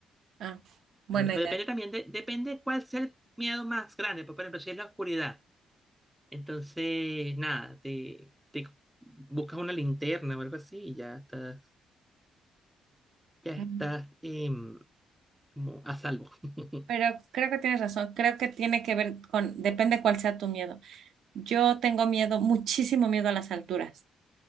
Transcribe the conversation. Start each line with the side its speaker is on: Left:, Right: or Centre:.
Right: Ah, buena
Centre: O o
Right: idea.
Centre: depende también, de, depende cuál sea el miedo más grande. Pues, por ejemplo, si es la oscuridad. Entonces, nada, te, te buscas una linterna o algo así y ya estás, ya
Right: Mm.
Centre: estás em, como a salvo. <laughs>
Right: Pero creo que tienes razón. Creo que tiene que ver con, depende cuál sea tu miedo. Yo tengo miedo, muchísimo miedo a las alturas.